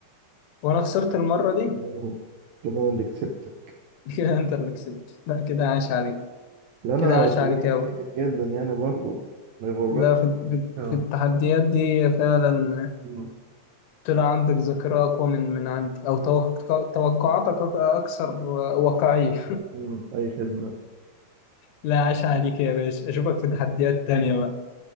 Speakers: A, on the left; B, on the right.
A: وأنا خسرت المرة دي
B: مم. كده أنا اللي كسبتك
A: <laughs> كده أنت اللي كسبت لا كده عاش عليك
B: لا أنا
A: كده عاش
B: في
A: عليك
B: اللعبة
A: أوي
B: دي جامد جدا يعني برضه ما يغركش
A: لا في في
B: اه
A: في التحديات دي فعلا
B: مم.
A: طلع عندك ذاكرة أقوى من من عندي أو توق- توقعاتك أك- أكثر واقعية
B: مم. أي خدمة
A: لا عاش عليك يا باشا اشوفك في تحديات تانية بقى